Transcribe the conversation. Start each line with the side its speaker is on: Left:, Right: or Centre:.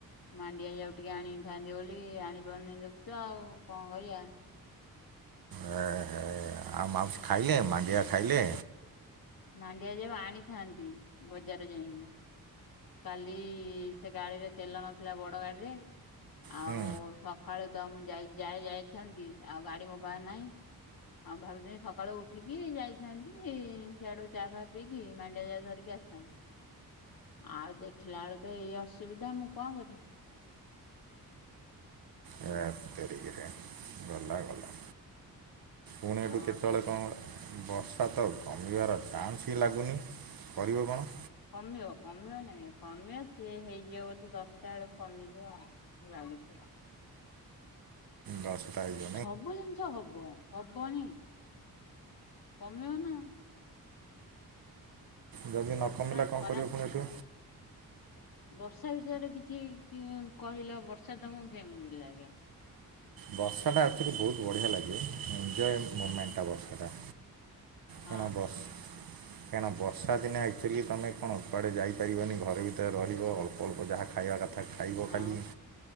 Left: ମାଣ୍ଡିଆ ଯାଉ ଟିକେ ଆଣିଥାନ୍ତି ବୋଲି ଆଣିପାରୁ ନେଇ ଦେଖୁଚ ଆଉ କଣ କରିବା।
Right: ଏ ହେ ଆଉ ମାଉସୀ ଖାଇଲେ ମାଣ୍ଡିଆ ଖାଇଲେ।
Left: ମାଣ୍ଡିଆ ଯାଉ ଆଣିଥାନ୍ତି ବଜାର ଯାଇକି। କାଲି ସେ ଗାଡିରେ ତେଲ ନଥିଲା ବଡ ଗାଡିରେ। ଆଉ
Right: ହୁଁ
Left: ସକାଳୁ ତ ମୁଁ ଯ ଯାଇ ଯାଇ ଥାନ୍ତି ଆଉ ଗାଡି ମୋ ପାରେ ନାହିଁ। ଆଉ ଭାବୁଥିଲି ସକାଳୁ ଉଠିକି ଯାଇଥାନ୍ତି ସିଆଡୁ ଚା ଫା ପିଇକି ମାଣ୍ଡିଆ ଯାଉ ଧରିକି କି ଆସିଥାନ୍ତି। ଆଉ ଦେଖିଲା ବେଳ ତ ଏଇ ଅସୁବିଧା ମୁଁ କଣ କରିବି।
Right: ହେତ୍ ତେରୀକିରା। ଗଲା ଗଲା। ପୁଣି ଏଠୁ
Left: ଆଉ
Right: କେତେବେଳେ
Left: ଅସୁବିଧା
Right: କଣ ବର୍ଷା ତ କମିବାର ଚାନ୍ସ ହିଁ ଲାଗୁନି କରିବ କଣ।
Left: କମିବ କମିବ ନାଇଁ କମିଅ ସ ହେଇଯିବ ବୋଧେ ଦଶଟା ବେଳୁ କମିଯିବ ଆଉ। ଲାଗୁଛିଅ।
Right: ଦଶଟା ହେ
Left: ସବୁ ଜିନିଷ ହବ ହବନି। କମିବ ନା।
Right: ଯଦି
Left: ବର୍ଷା,
Right: ନ କମିଲା କ'ଣ
Left: ଖରା,
Right: କରିବ ପୁଣି
Left: ଶୀତ।
Right: ଏଠୁ
Left: ବର୍ଷା ବିଷୟରେ କିଛି କହିଲ ବର୍ଷା ତମକୁ କେମିତି ଲାଗେ?
Right: ବର୍ଷାଟା ଆକଚୁଆଲି ବହୁତ ବଢ଼ିଆ ଲାଗେ ଏନଜୟେ ମୁମେଣ୍ଟଟା ବର୍ଷାଟା।
Left: ହଁ
Right: କେଣା ବସ କାହିଁକନା ବର୍ଷା ଦିନ ଆକଚୁଆଲି ତମେ କଣ କୁଆଡ଼େ ଯାଇ ପାରିବନି ଘରେ ଭିତରେ ରହିବ ଅଳ୍ପ ଅଳ୍ପ ଯାହା ଖାଇବା କଥା କ ଖାଇବ
Left: ହଁ
Right: ଖାଲି